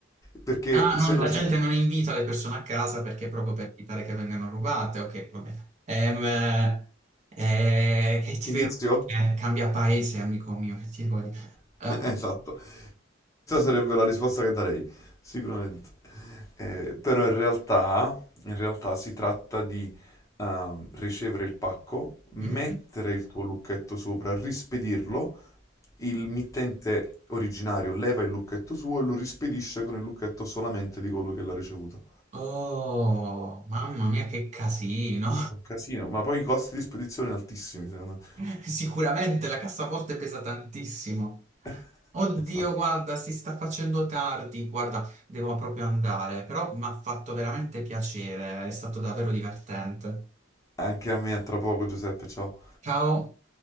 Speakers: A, on the left (about 15°); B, on the right (about 35°).
A: perché
B: Ah, non-
A: se no
B: la
A: c'è...
B: gente non invita le persone a casa perché proprio per evitare che vengano rubate. Ok, va bene. Ehm, eh, che ti
A: Indizio?
B: devo dire? Eh, Cambia paese, amico mio, che ti devo dire?
A: <laughs>
B: Ehm,
A: Esatto. Questa sarebbe la risposta che darei, sicuramente. Eh, però in realtà, in realtà si tratta di ehm, ricevere il pacco, mettere
B: mhm.
A: il tuo lucchetto sopra, rispedirlo, il mittente originario leva il lucchetto suo e lo rispedisce con il lucchetto solamente di colui che l'ha ricevuto.
B: Oh, mamma mia, che casino!
A: È un casino, ma poi i costi di spedizione altissimi, secondo me.
B: <laughs> Sicuramente la cassaforte pesa tantissimo.
A: <laughs>
B: Oddio,
A: Esatto.
B: guarda, si sta facendo tardi, guarda, devo proprio andare, però mi ha fatto veramente piacere, è stato davvero divertente.
A: Anche a me, a tra poco, Giuseppe, ciao.
B: Ciao.